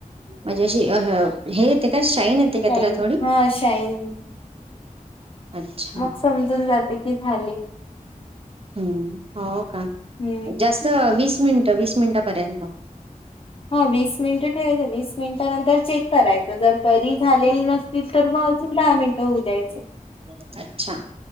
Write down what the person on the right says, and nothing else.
म्हणजे अशी अ, ह हे येते का शाईन येते का
त्याला थोडी?
अच्छा.
हम्म, हो का
जास्त वीस वीस मिनट वीस मिनिटपर्यंत, <inaudible>
<inaudible> अच्छा,